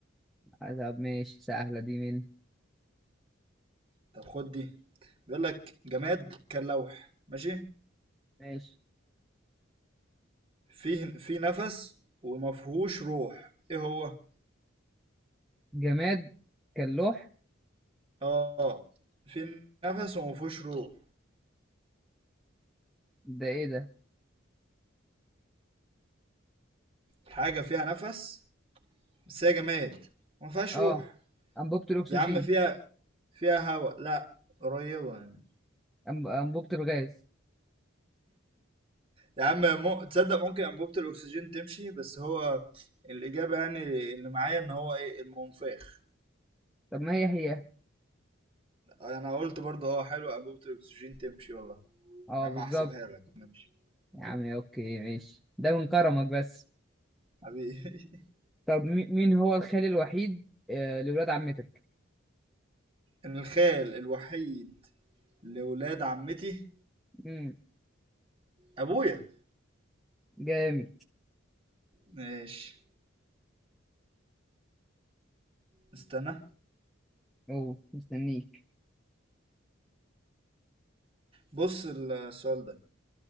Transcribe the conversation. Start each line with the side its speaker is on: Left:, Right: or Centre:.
Centre: آه، طب ماشي سهله دي مني
Right: طب خد دي بيقول لك جماد كاللوح ماشي
Centre: ماشي
Right: فيه في نفس ومفهوش روح ايه هو
Centre: جماد كاللوح
Right: اه في نفس وما فيهوش روح
Centre: ده ايه ده
Right: حاجة فيها نفس بس هي جماد وما فيهاش
Centre: اه
Right: روح
Centre: انبوبه الاكسجين
Right: يا عم فيها فيها هواء لا قريبة يعني
Centre: أنب- انبوبه الغاز
Right: يا عم مو... تصدق ممكن أنبوبة الأكسجين تمشي بس هو الإجابة يعني اللي معايا إن هو إيه المنفاخ
Centre: طب ما هي هي
Right: أنا قلت برضه أه حلو أنبوبة الأكسجين تمشي والله
Centre: اه
Right: يا عم
Centre: بالظبط
Right: هحسبها لك ماشي
Centre: يا عم اوكي ماشي ده من كرمك بس
Right: حبيبي <laughs>
Centre: طب مي- مين هو الخال الوحيد آه، لولاد عمتك
Right: الخال الوحيد لولاد عمتي
Centre: امم
Right: أبويا
Centre: جامد
Right: ماشي استنى
Centre: او مستنيك
Right: بص السؤال ده